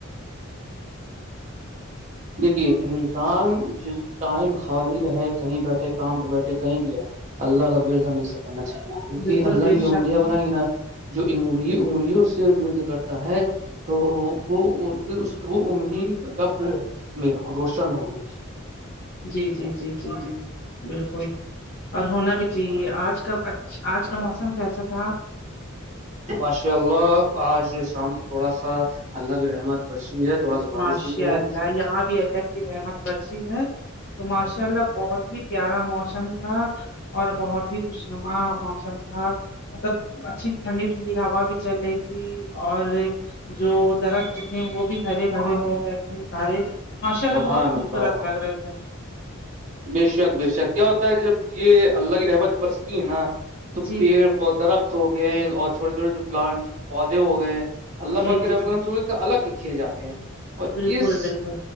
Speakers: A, on the right (about 35°); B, on the left (about 50°).
A: دیکھیے انسان جس ٹائم خالی رہے کہیں بیٹھے کام پہ بیٹھے کہیں بھی رہے اللہ کا رد ہمیںب کرنا چاہیے کیکہ
B: بالکل
A: اللہ
B: بے
A: نے جو انگلیاں
B: شک
A: بنائی ہے نا جو انگ انگلیوں سے رت کرتا ہے تو وہ وہ انگلی قب میں روشن ہوگی
B: جی جی جی جی جی بالکل اور ہونا بھی چاہیے آج کا آج کا موسم کیسا تھا
A: ماشاء اللہ آج شام کو تھوڑا سا اللہ کے رحمت بچ ہے تھوڑا بارش
B: ماشاء
A: ہوئی ہے
B: اللہ یہاں بھی اللہ کی رحمت برسی ہے تو ماشاء اللہ بہت ہی پیارا موسم تھا اور بہت ہی خوش نما موسم تھا مطلب اچھی ٹھنڈی ٹھنڈی ہوا بھی چل رہی تھی اور جو درخت تھے وہ بھی ہرے بڑے ہو گئے تھے سارے ماشاء
A: سبحان
B: اللہ بہت خوبصورت
A: اللہ
B: لگ رہے تھے
A: بے شک بے شک کیا ہوتا ہے جب یہ اللہ کی رحمت جب برستی ہے نا تو
B: جی
A: پیڑ پ دا رخت ہو گئے ہیں اور چھوٹے چھٹے جو پلانٹ پودے ہو گئے ہیں اللہ
B: جی
A: پاک
B: جی
A: رحم
B: جی
A: الگ ہی کھیلاتے ہیں اور
B: بالکل
A: اس
B: بالکل